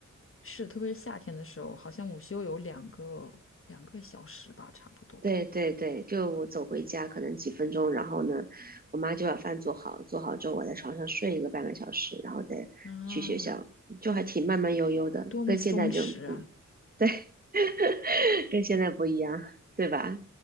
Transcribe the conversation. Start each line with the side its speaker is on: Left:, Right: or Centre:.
Left: 是，特别是夏天的时候，好像午休有两个两个小时吧，差不多。
Right: 对对对，就我走回家可能几分钟，然后呢，我妈就把饭做好，做好之后我在床上睡一个半个小时，然后再去学校，
Left: 啊，
Right: 就还挺慢慢悠悠的，
Left: 多么松弛啊！
Right: 跟现在就很不一，对，<laughs> 跟现在不一样，对吧？